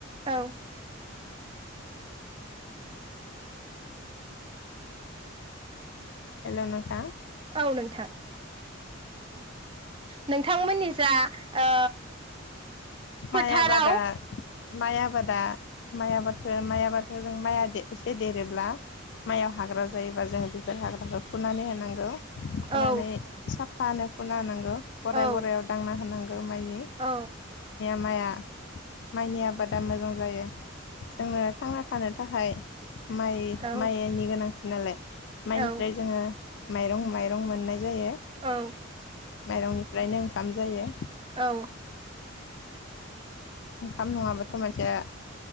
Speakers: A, on the right; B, on the left.
A: औ
B: हेलौ नोंथां
A: औ नोंथां नोंथांमोननि जा ओ फोथाराव
B: माइ आबादा माइ आबादा माइ आबादखौ माइ आबादखौ जों माइआ एसे देरोब्ला माइयाव हाग्रा जायोबा जोङो बेफोर हाग्राखौ फुनानै होनांगौ फुनानै
A: औ
B: साफ <unintelligible> फुना होनांगौ गराय
A: औ
B: गरायाव दांना होनांगौ माइनि
A: औ
B: माइआ माइनि आबादा मोजां जायो जोंनो थांना थानो थाखाय माइ
A: औ
B: माइनि गोनांथि नालाय माइनिफ्राय
A: औ
B: जोङो माइरं माइरं मोननाय जायो
A: औ
B: माइरंनि निफ्रायनो ओंखाम जायो।
A: औ
B: ओंखाम नङाबाथ' मानसिया